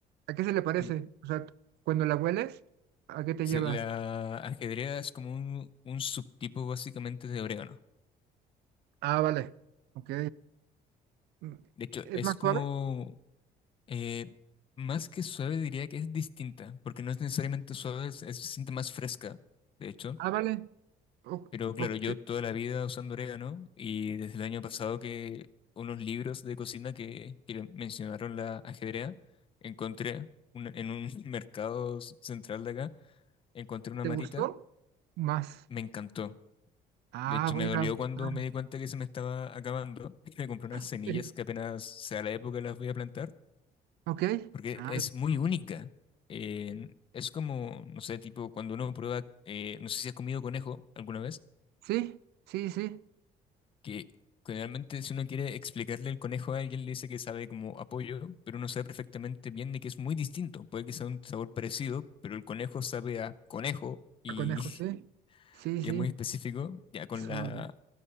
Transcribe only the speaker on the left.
Mm,
Sí,
la ajedrea es como un, un subtipo básicamente de orégano.
De hecho,
es
como,
eh, más que suave diría que es distinta, porque no es necesariamente suave, es, es- se siente más fresca, de hecho.
Pero claro,
yo toda la vida usando orégano y desde el año pasado que unos libros de cocina que, que mencionaron la ajedrea, encontré una- en un <laughs> mercado s- central de acá, encontré una
matita,
me encantó.
De hecho,
me dolió
cuando me di cuenta que se me estaba acabando. <laughs> Me compré unas semillas
que apenas sea la época las voy a plantar,
porque
es muy única. Eh, es como, no sé, tipo cuando uno prueba, eh, no sé si has comido conejo alguna vez.
que generalmente si uno quiere explicarle el conejo a alguien, le dice que sabe como apoyo, pero uno sabe perfectamente bien de que es muy distinto. Puede que sea un sabor parecido, pero el conejo sabe a conejo y,
<laughs>
y
es muy específico. Ya con
la,